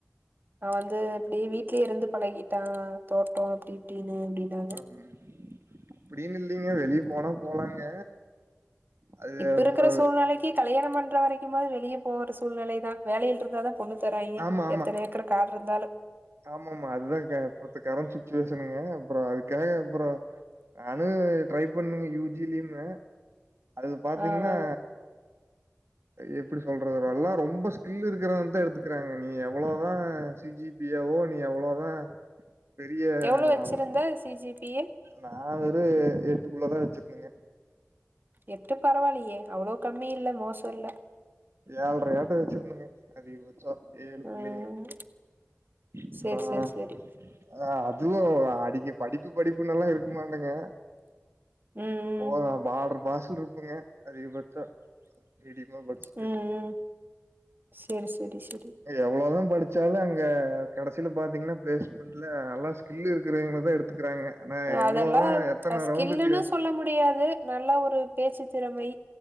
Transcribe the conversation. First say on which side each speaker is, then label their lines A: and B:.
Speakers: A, on the right; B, on the right.
A: அவன் வந்து இப்டி வீட்லயே இருந்து பழகிட்டான் தோட்டம் இப்டி இப்டின்னு அப்டின்னாங்க
B: ஆம் அப்டின்னு இல்லைங்க வெளிய போனா போலாங்க அது
A: இப்ப
B: அப்புறோ
A: இருக்கிற சூழ்நிலைக்கு கல்யாணம் பண்ற வரைக்குமாது வெளியே போகற சூழ்நிலைதான் வேலைல இருந்தா தான் பொண்ணு தராய்ங்க
B: ஆமா
A: எத்தன ஏக்கர் காடு இருந்தாலும்
B: ஆமா மா அதுதான்க்க இப்பத்த கரண்ட் சுச்சுவேஷனுங்க அப்புறோ அதுக்காக அப்புறோ நானும் ட்ரை பண்ணுங்க யூ ஜி லயுமு அதுல பாத்தீங்கன்னா
A: ஆ ஆ
B: எப்டி சொல்றது எல்லா ரொம்ப ஸ்கில் இருக்கிற வ தான் எடுத்து க்கறாங்க நீ எவ்வளவுதான் ஜிஜிபியாவோ நீ எவ்வளோதான் பெரிய
A: எவ்ளோ
B: ஆனாலும்
A: வச்சிருந்த சி ஜி பி ஏ
B: நான் ஒரு எட்டு குல்ல தான் வச்சிருக்கேங்க
A: எட்டு பரவால்லயே அவ்ளோ கம்மி இல்ல மோசோ இல்ல
B: ஏல்ரயாட்ட வச்சிருந்தங்க அதிகபட்சோ ஏழு குல்லங்க
A: ம்
B: அப்பறோம்
A: சேரி சேரி சேரி
B: ஆ அதுவும் அடிக்கி படிப்பு படிப்பு நுல்லா இருக்குமாட்டேங்க
A: ம்
B: போதான்
A: ம்
B: பாடறு பாஸ்ல இருப்பங்க அதிகபட்சா மிடிமா படிச்சு
A: உம் ம் செர் செர் செரி
B: எவ்ளோதா படிச்சாலு அங்க கடைசில பாத்தீங்கன்னா பிளேஸ்மெண்ட் ல்ல நல்ல ஸ்கில்லு இருக்கறவங்களதா எடுத்துக்கிறாங்க ஆனா எவ்ளோதா
A: அதெல்லா
B: எத்தன
A: ஸ்கில்லுன்னு
B: ரவுண்டு கிளி
A: சொல்ல முடியாது நல்ல ஒரு பேச்சு திறமை